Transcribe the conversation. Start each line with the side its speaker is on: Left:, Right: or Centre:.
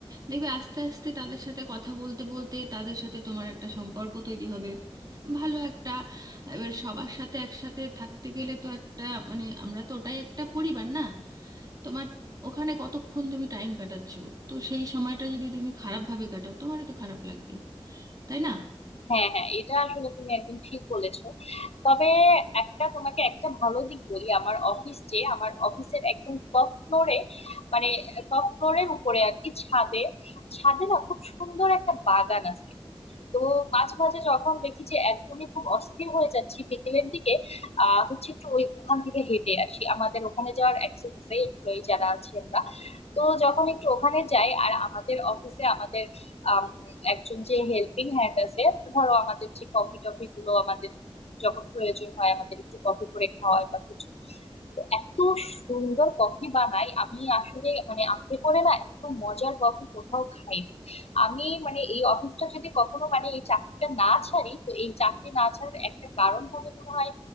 Right: দেখবে আস্তে আস্তে তাদের সাথে কথা বলতে বলতে তাদের সাথে তোমার একটা সম্পর্ক তৈরি হবে ভালো একটা এবার সবার সাথে একসাথে থাকতে গেলে তো একটা মানে আমরা তো ওটাই একটা পরিবার না তোমার ওখানে কতক্ষণ তুমি টাইম কাটাচ্ছো তো সেই সময়টা যদি তুমি খারাপভাবে কাটাও তোমারই তো খারাপ লাগবে তাই না
Left: হ্যাঁ হ্যাঁ এটা আসলে তুমি একদম ঠিক বলেছো তবে একটা তোমাকে একটা ভালো দিক বলি আমার অফিস যে আমার অফিসের একদম টপ ফ্লোরে মানে টপ ফ্লোরের উপরে আর কি ছাদে ছাদে না খুব সুন্দর একটা বাগান আছে তো মাঝে মাঝে যখন দেখি যে একদমই খুব অস্থির হয়ে যাচ্ছি বিকেলের দিকে আহ হচ্ছে একটু ওই ওখান থেকে হেঁটে আসি আমাদের ওখানে যাওয়ার অ্যাক্সেস আছে এমপ্লয়ি যারা আছি আমরা তো যখন একটু ওখানে যাই আর আমাদের অফিসে আমাদের আম, একজন যে হেল্পিং হ্যান্ড আছে ধরো আমাদের যে কফি টফি গুলো আমাদের যখন প্রয়োজন হয় আমাদের একটু কফি করে খাওয়ায় বা কিছু তো এত সুন্দর কফি বানায় আমি আসলে মানে আমাকে করে না এত মজার কফি কোথাও খাইনি আমি মানে এই অফিসটা যদি কখনো মানে এই চাকরিটা না ছাড়ি তো এই চাকরি না ছাড়ার একটা কারণ হবে মনে হয়